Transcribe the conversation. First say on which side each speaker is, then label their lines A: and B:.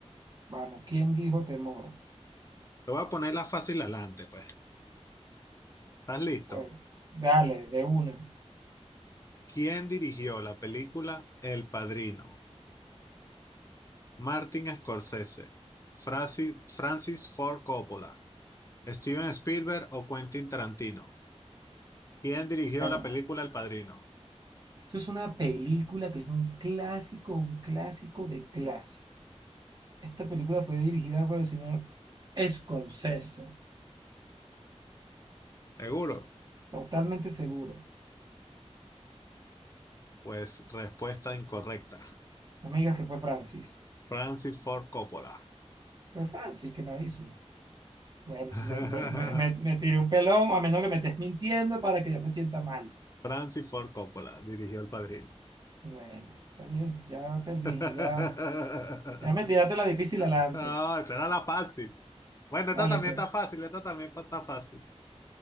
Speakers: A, on the right; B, on the left.
A: vamos. ¿Quién dijo temor?
B: Te voy a poner la fácil adelante, pues. ¿Estás listo?
A: Bueno, dale, de una.
B: ¿Quién dirigió la película El Padrino? Martin Scorsese, Francis, Francis Ford Coppola, Steven Spielberg o Quentin Tarantino. ¿Quién dirigió
A: Bueno,
B: la película El Padrino?
A: esto es una película que es un clásico, un clásico de clásico. Esta película fue dirigida por el señor Scorsese.
B: Seguro.
A: Totalmente seguro.
B: Pues respuesta incorrecta.
A: No me digas que fue Francis.
B: Francis Ford Coppola.
A: Fue Francis que la hizo. Bueno,
B: <laughs>
A: me, me, me, me- me tiré un pelón, a menos que me estés mintiendo para que yo me sienta mal.
B: Francis Ford Coppola dirigió El Padrino.
A: Bueno, está bien, ya perdí,
B: <laughs>
A: ya, ya me tiraste la difícil adelante.
B: No, esta era la fácil. Bueno,
A: Vale,
B: esta también
A: pues,
B: está fácil, esta también está fácil.